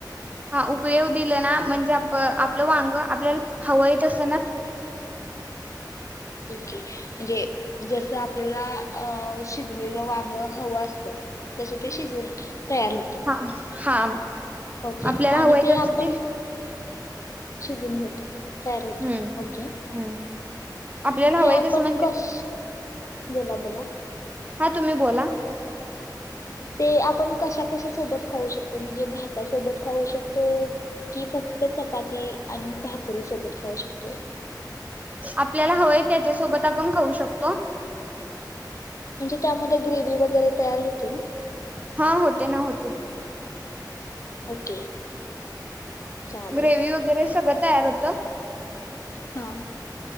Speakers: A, on the right (about 20°); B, on the left (about 45°).
A: हा उकळी येऊ दिलं ना म्हणजे आप आपलं वांग आपल्याला हवाय तसं
B: ओके म्हणजे जैस आपल्या शिजलेलं वांग हव असत तस ते शिजवून तयार होत
A: हा हा
B: ओके
A: आपल्याला
B: आणि
A: हवं येत
B: ते
A: असतं
B: आपण शिजून होत तयार होत
A: हम्म
B: ओके
A: हम्म आपल्याला हवंय
B: ते आपण
A: तसं म्हणजे
B: कस बोला बोला
A: हा तुम्ही बोला
B: ते आपण कशा कशा सोबत खाऊ शकतो म्हणजे भातासोबत खाऊ शकतो की फक्त चपाती आणि भात पूरी सोबत खाऊ शकतो
A: आपल्याला हवंय त्याच्यासोबत आपण खाऊ शकतो
B: म्हणजे त्यामध्ये ग्रेवी वगैरे तयार होते ना
A: हा होते ना होते
B: ओके चालेल
A: ग्रेवी वगैरे सगळं तयार होतं.
B: हा